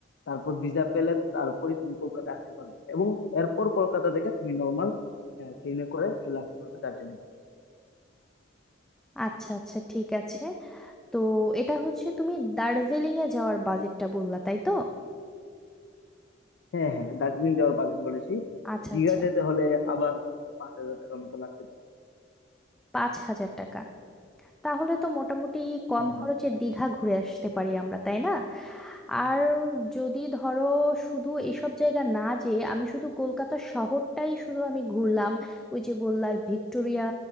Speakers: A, on the left; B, in the centre.
A: তারপর ভিসা পেলে তারপরে তুমি কলকাতা আসতে পারবে এবং এরপর কলকাতা থেকে তুমি নর্মাল ট্রেনে করে চলে আসতে পারবে দার্জিলিং
B: আচ্ছা আচ্ছা ঠিক আছে তো এটা হচ্ছে তুমি দার্জিলিং এ যাওয়ার বাজেটটা বললা তাই তো
A: হ্যাঁ হ্যাঁ দার্জিলিং যাওয়ার বাজেট বলেছি
B: আচ্ছা
A: দীঘা
B: আচ্ছা
A: যেতে হলে আবার তোমার পাঁচ হাজার টাকার মতো লাগতে পারে
B: পাঁচ হাজার টাকা তাহলে তো মোটামুটি কম
A: হ্যাঁ হ্যাঁ
B: খরচে দীঘা ঘুরে আসতে পারি আমরা তাই না আর যদি ধরো শুধু এসব জায়গা না যেয়ে আমি শুধু কলকাতা শহরটাই শুধু আমি ঘুরলাম ওই যে বললাম ভিক্টোরিয়া